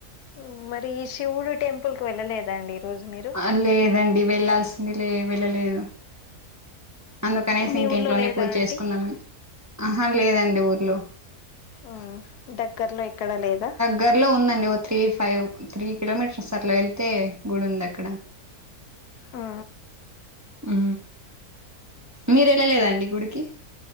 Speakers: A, on the left (about 85°); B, on the right (about 15°).
A: హమ్ మరి శివుడు టెంపుల్ కు వెళ్ళలేదండి ఈ రోజు మీరు...
B: ఆ లేదండి వెళ్లాల్సింది లే వెళ్ళలేదు... అందుకనేసి
A: మీ
B: ఇంక
A: ఊర్లో
B: ఇంట్లోనే
A: లేదా
B: పూజ
A: అండి
B: చేసుకుందామని.. ఆహా వ్ లేదండి ఊర్లో...
A: అ దగ్గర్లో ఎక్కడా లేదా...
B: గార్లో ఉందండి ఓ త్రీ ఫైవ్ త్రీ కిలోమీటర్స్ వెళ్తే గుడి ఉంది అక్
A: ఆ..
B: అ మీరు ఎళ్ళలేదండి గుడికి...